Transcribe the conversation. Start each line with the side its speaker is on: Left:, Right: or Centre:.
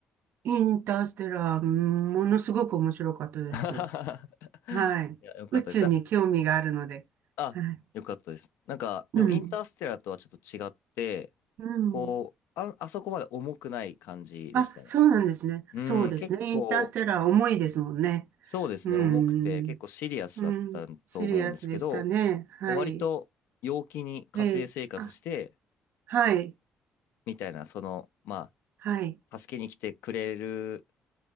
Right: インターステラー、うんものすごく面白かったです。
Left: <laughs>
Right: はい。
Left: いや、よかったです。
Right: 宇宙に興味があるので。
Left: あ、あ、
Right: はい。
Left: よかったです。なんか、
Right: うん。
Left: でもインターステラーとはちょっと違って、
Right: うん。
Left: こう、あ、あそこまで重くない感じでしたね。
Right: あ、そうなんですね。
Left: うん、
Right: そうですね。
Left: 結構、
Right: インターステラー重いですもんね。
Left: そうですね、
Right: うん。
Left: 重くて、結構シリアスだったと思うんですけど、
Right: うん。シリアスでしたね。はい。
Left: 割と陽気に火星生活して、
Right: ええ。あ、はい。
Left: みたいな、その、ま
Right: はい。
Left: あ、助けに来てくれる